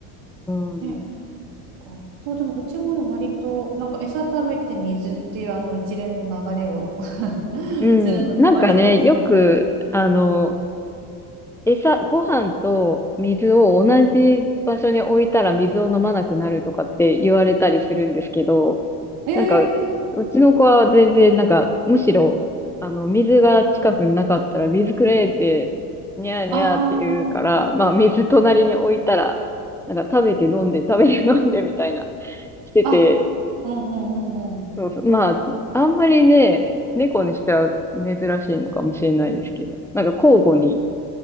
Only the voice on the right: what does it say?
ね、なんかそう、でもうちもね、割と、なんか餌食べて水っていうあの一連の流れを <laughs>
するので、
割とその、
え
ー、
あー、
あ、うんうんうんうん。